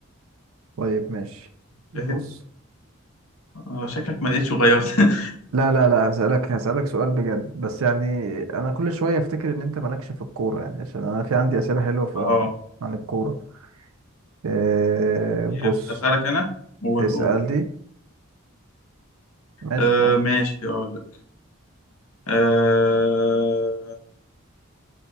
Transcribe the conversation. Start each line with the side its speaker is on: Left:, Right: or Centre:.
Right: <laughs> طيب ماشي بص
Left: فاهم اه شكلك ما لقيتش غيرت <laughs>
Right: لا لا لا هسألك هسألك سؤال بجد بس يعني أنا كل شوية أفتكر إن أنت مالكش في الكورة يعني عشان أنا في عندي أسئلة حلوة في-
Left: اه
Right: عن عن الكورة إيه بص
Left: يبقى اسالك انا وتقول
Right: اسألني ماشي
Left: آه
Right: اسألني
Left: ماشي اقول لك. آه